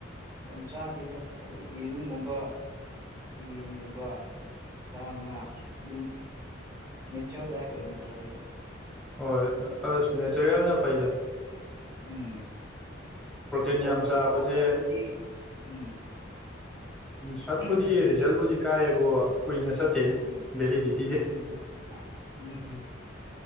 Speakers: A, on the right (about 15°); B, in the centre.
A: ꯌꯥꯝ ꯆꯥꯗꯦꯗ ꯑꯗꯨ ꯌꯦꯔꯨꯝꯒꯨꯝꯕ ꯑꯗꯨ ꯌꯦꯟꯒꯨꯝꯕ ꯁꯥ ꯉꯥ ꯑꯗꯨꯝ ꯅꯦꯆꯔꯦꯜ ꯗꯥꯏꯠ ꯑꯣꯏꯅ ꯇꯧꯋꯦꯗ
B: ꯍꯣꯏ ꯑꯁ ꯅꯦꯆꯔꯦꯜꯅ ꯐꯩꯗ
A: ꯎꯝ
B: ꯄ꯭ꯔꯣꯇꯤꯟ
A: ꯄꯥꯎꯗꯔ
B: ꯌꯥꯝ ꯆꯥꯕꯁꯦ
A: ꯄꯥꯎꯗꯔꯗꯨꯗꯤ ꯎꯝ
B: ꯁꯠꯄꯨꯗꯤ
A: ꯎꯝ
B: ꯔꯤꯖꯜꯕꯨꯗꯤ ꯀꯥꯏꯌꯦꯕꯣ ꯀꯨꯏꯅ ꯆꯠꯇꯦꯅꯤ
A: ꯎꯝ
B: ꯚꯦꯂꯤꯗꯤꯇꯤꯁꯦ
A: ꯎꯝ ꯎꯝ ꯎꯝ